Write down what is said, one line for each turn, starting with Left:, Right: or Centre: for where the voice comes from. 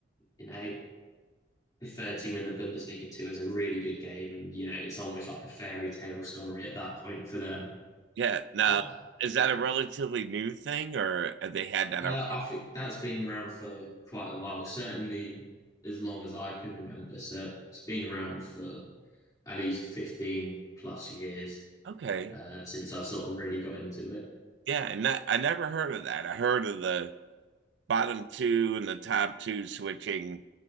Left: you know, the third team in the Bundesliga too is a really good game. And, you know, it's almost like a fairy tale story at that point for them.
Right: Yeah. Now,
Left: But
Right: is that
Left: yeah,
Right: a relatively new thing or have they had that
Left: Uh,
Right: around?
Left: I think that's been around for quite a while, certainly as long as I can remember. So it's been around for at least 15 plus years
Right: Okay.
Left: uh, since I've sort of really got into it.
Right: Yeah. And that, I never heard of that. I heard of the bottom two and the top two switching